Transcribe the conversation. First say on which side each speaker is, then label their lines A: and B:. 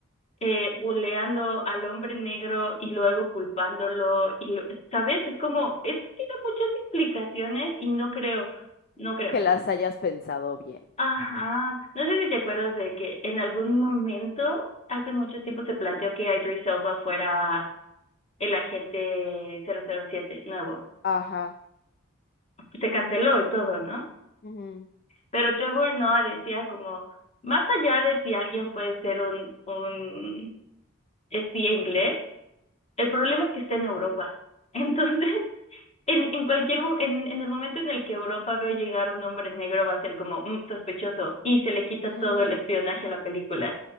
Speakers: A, on the left; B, on the left.
A: eh, buleando al hombre negro y luego culpándolo. Y lo- ¿sabes? Es como, esto tiene muchas implicaciones y no creo, no creo.
B: Que las hayas pensado bien.
A: Ajá, no sé si te acuerdas de que en algún momento, hace mucho tiempo, se planteó que Idris Elba fuera el agente cero cero siete nuevo.
B: Ajá.
A: Se canceló y todo, ¿no?
B: Ujú.
A: Pero Trevor Noah decía como, más allá de si alguien puede ser un, un espía inglés, el problema es que está en Europa. Entonces, <laughs> en, en cualquier, mo- en, en el momento en el que Europa veo llegar un hombre negro va a ser como "Mm, sospechoso y se le quita
B: Ujú.
A: todo el espionaje a la película.